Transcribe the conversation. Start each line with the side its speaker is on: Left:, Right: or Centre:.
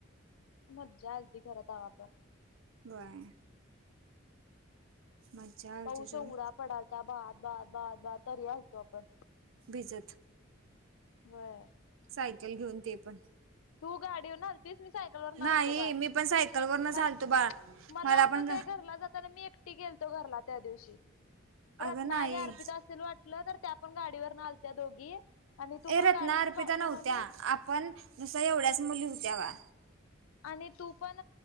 Left: मज्जा आल त घरात वापर.
Right: बरं. मज्जा आलती
Left: पाऊस
Right: सोड
Left: उडा पडालता बात बात बद बात तरी आलतो आपण.
Right: बिजत
Left: बर.
Right: सायकल घेऊन ते पण
Left: तू गाडीवरलतीस मी सायकल वर नलतो
Right: नाही
Left: बाय
Right: मी पण सायकल वरनच
Left: कारण
Right: आलतो बाळा
Left: मला
Right: पण
Left: तो
Right: ग-
Left: ते घरला जात. मी एकटी गेलतो घरला त्या दिवशी रत्ना
Right: अगं नाही
Left: आणि अर्पिता असल वाट. तर त्या पण गाडीवर नलत्या दोघी. आणि तू पण
Right: ए रत्ना
Left: गाडीवरन
Right: अर्पिता
Left: तू
Right: नव्हत्या
Left: म्हणलीस
Right: आपण नुस्या एवढ्याच मुली होत्या वा.
Left: आणि तू पण